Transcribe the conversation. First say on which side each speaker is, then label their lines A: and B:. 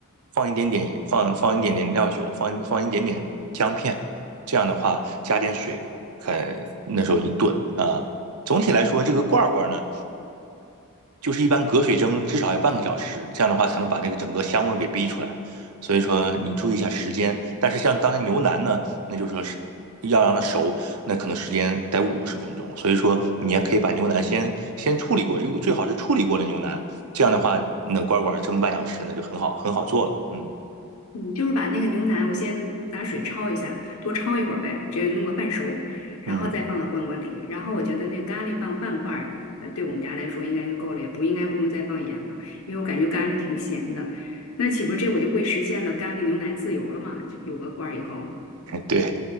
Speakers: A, on the right (about 85°); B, on the left (about 75°).
A: 放一点点放放一点点料酒，放放一点点姜片，这样的话加点水，看那时候一炖啊。总体来说，这个罐儿罐儿呢。就是一般隔水蒸至少要半个小时，这样的话才能把这个整个香味儿给逼出来。所以说你注意一下时间，但是像刚才牛腩呢，那就说是要让它熟，那可能时间得五十分钟。所以说你也可以把牛腩先先处理过，因为最好是处理过的牛腩，这样的话那乖乖蒸半小时，那就很好很好做了。嗯
B: 嗯，就是把那个牛腩，我先拿水焯一下，多焯一会儿呗，接弄个半熟，然后再放到罐罐里。
A: 嗯，
B: 然后我觉得那个咖喱放半块儿，呃对我们家来说应该就够了，也不应该不用再放盐了，因为我感觉咖喱挺咸的。那岂不是这我就会实现了咖喱牛腩自由了嘛？就有个罐儿以后，
A: 对，